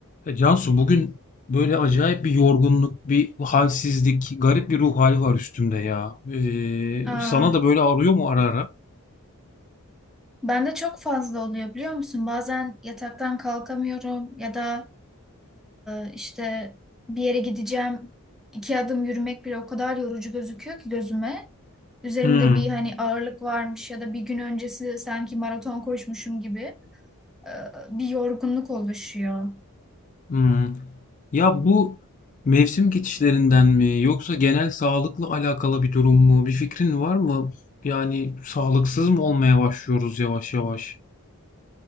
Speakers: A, on the left; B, in the centre.
A: Ya Cansu bugün böyle acayip bir yorgunluk, bir halsizlik, garip bir ruh hali var üstümde ya. Ee,
B: Aa,
A: sana da böyle ağrıyor mu ara ara?
B: bende çok fazla oluyor biliyor musun? Bazen yataktan kalkamıyorum ya da e, işte bir yere gideceğim. iki adım yürümek bile o kadar yorucu gözüküyor ki gözüme. Üzerimde
A: Hmm.
B: bir hani ağırlık varmış ya da bir gün öncesi sanki maraton koşmuşum gibi e, bir yorgunluk oluşuyor.
A: Hmm. Ya bu mevsim geçişlerinden mi yoksa genel sağlıkla alakalı bir durum mu? Bir fikrin var mı? Yani sağlıksız mı olmaya başlıyoruz yavaş yavaş?